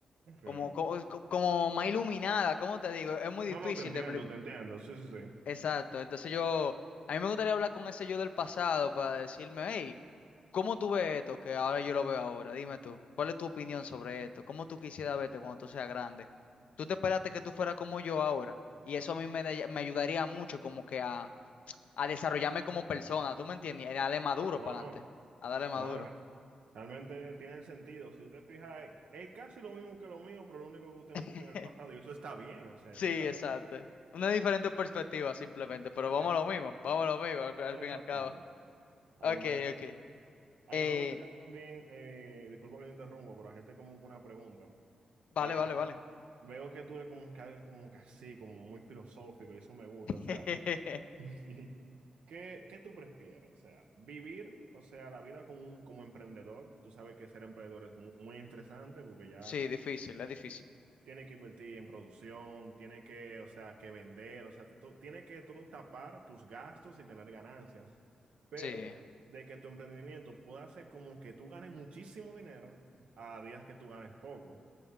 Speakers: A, on the right (about 80°); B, on the left (about 80°).
A: Ok.
B: como, como, como más iluminada, ¿cómo te digo? Es muy difícil
A: No, no, te entiendo,
B: de... pli-
A: te entiendo. Sí, sí, sí.
B: Exacto, entonces yo... A mí me gustaría hablar con ese yo del pasado para decirme, hey, ¿cómo tú ves esto que ahora yo lo veo ahora? Dime tú, ¿cuál es tu opinión sobre esto? ¿Cómo tú quisieras verte cuando tú seas grande? ¿Tú te esperaste que tú fueras como yo ahora? Y eso a mí me, da- me ayudaría mucho como que a, a desarrollarme como persona, ¿tú me entiendes? Y A darle maduro
A: No,
B: para
A: no.
B: adelante, a darle maduro.
A: No, re- realmente tiene el sentido. Si usted fija, es, es casi lo mismo que lo mío, pero lo único que usted enfoca
B: <laughs>
A: en el pasado. Y eso está bien, o sea,
B: Sí,
A: eso está
B: exacto.
A: bien.
B: Una diferente perspectiva simplemente, pero vamos
A: Es-
B: a lo mismo, vamos a lo mismo al, al
A: exactamente.
B: fin y al cabo.
A: Ah,
B: Ok,
A: pues mira,
B: ok.
A: a
B: Eh,
A: mí me gustaría también, eh, disculpa que te interrumpa, pero hacerte como una pregunta.
B: vale,
A: que
B: vale, vale.
A: Veo que tú eres como que alguien como que así, como muy filosófico, y eso me gusta.
B: <laughs>
A: O sea, <laughs> ¿qué, qué tú prefieres? O sea, vivir, o sea, la vida como, un- como emprendedor. Tú sabes que ser emprendedor es mu- muy, estresante porque ya
B: Sí, difícil, es difícil.
A: tiene que invertir en producción, tiene que, o sea, que vender, o sea, to- tiene que todo tapar tus gastos y tener ganancias. Pero
B: Sí.
A: de que tu emprendimiento pueda ser como que tú ganes muchísimo dinero a días que tú ganes poco.